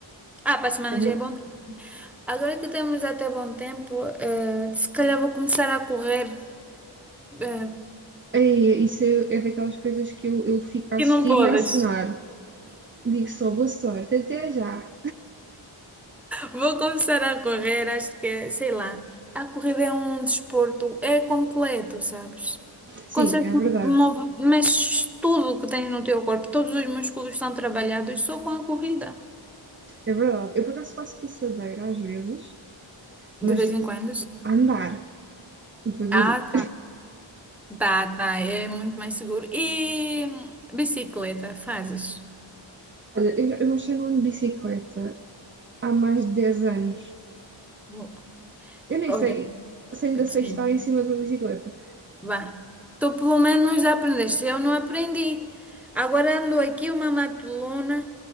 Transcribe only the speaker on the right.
é verdade.
Ei, isso é, é daquelas coisas que eu, eu fico a
assistir
e a assinar. Digo só boa sorte, até já.
Sim,
é verdade,
é verdade. Eu por acaso faço passadeira às vezes,
mas
a andar, devagarinho.
<laughs> Olha, eu, já- eu acho que já não ando de bicicleta há mais de 10 anos.
Eu nem
sei se ainda sei
estar em cima de uma bicicleta.